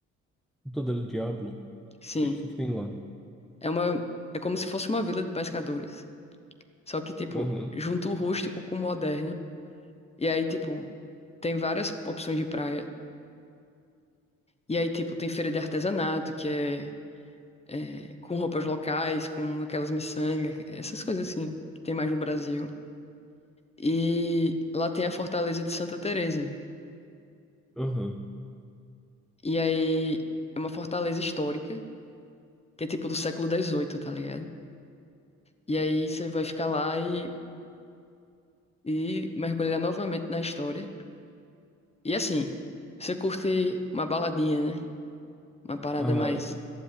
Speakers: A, in the centre; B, on the left.
A: Ponta del Diablo. O
B: Sim,
A: que, que que tem lá?
B: é uma, é como se fosse uma vila de pescadores. Só que, tipo,
A: Aham,
B: junta o rústico com o moderno. E aí, tipo, tem várias opções de praia. E aí, tipo, tem feira de artesanato, que é, é, com roupas locais, com aquelas miçangas, essas coisas assim, que tem mais no Brasil. E lá tem a Fortaleza de Santa Teresa.
A: aham.
B: E aí, é uma fortaleza histórica, que é tipo do século XVIII, tá ligado? E aí você vai ficar lá e, e mergulhar novamente na história. E assim, você curte uma baladinha, né? Uma parada
A: Ah,
B: mais